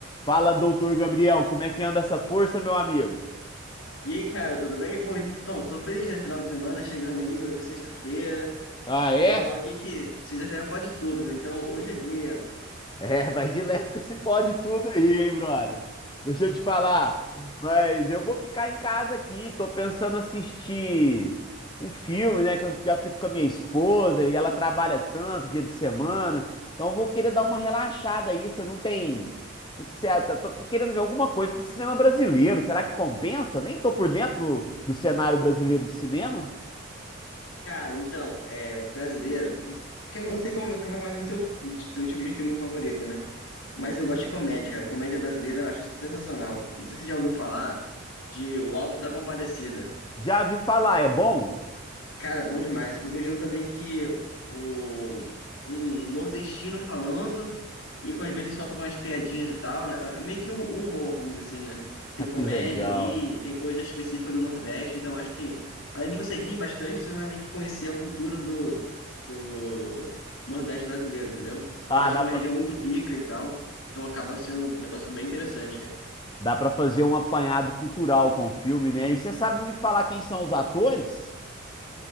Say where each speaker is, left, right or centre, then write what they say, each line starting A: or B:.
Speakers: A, on the left; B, on the left.
A: Fala, doutor Gabriel, como é que anda essa força, meu amigo?
B: E aí, cara, tudo bem? Pô, então, tô feliz, né? Final de semana chegando aí, hoje é sexta-feira.
A: Ah,
B: O pessoal
A: é?
B: fala aqui que sexta-feira pode tudo, né? Então, hoje é dia. pô.
A: É, vai de leve com esse pode tudo aí, hein, brother? Deixa eu te falar. Mas eu vou ficar em casa aqui, tô pensando assistir um filme, né? Que eu já fico com a minha esposa e ela trabalha tanto dia de semana. Então eu vou querer dar uma relaxada aí. Você não tem. Que que você... eu Tô querendo ver alguma coisa do cinema brasileiro. Será que compensa? Nem tô por dentro do, do cenário brasileiro de cinema.
B: Cara, então, é brasileiro. que Eu não sei como, como é mais o seu, seu tipo de filme favorito, né? Mas eu gosto de comédia, cara. Comédia brasileira eu acho sensacional. Não sei se você já ouviu falar de O Alto da Compadecida.
A: Já vi falar, é bom?
B: Cara, bom demais, porque junta meio que o, um nordestino falando e com às vezes solta umas piadinhas e tal, né? É meio que um um humor, vamos dizer assim, né?
A: <laughs>
B: Tem
A: Ah, Que
B: comédia
A: legal.
B: ali, tem coisa específica do Nordeste, então acho que além de você rir bastante, você vai meio que conhecer a cultura do, do Nordeste brasileiro, entendeu?
A: Ah,
B: Que acho
A: dá
B: que é
A: pra,
B: uma região muito rica e tal, então acaba sendo um negócio bem interessante, cara.
A: dá pra fazer um apanhado cultural com o filme, né? E você sabe me falar quem são os atores?